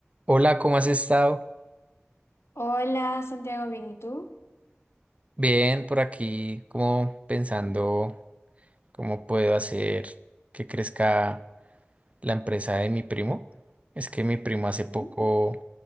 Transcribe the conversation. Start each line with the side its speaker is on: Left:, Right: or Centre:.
Right: Hola, ¿cómo has estado?
Left: Hola, Santiago, bien, ¿y tú?
Right: Bien, por aquí, como pensando cómo puedo hacer que crezca la empresa de mi primo. Es que mi primo hace
Left: Mm,
Right: poco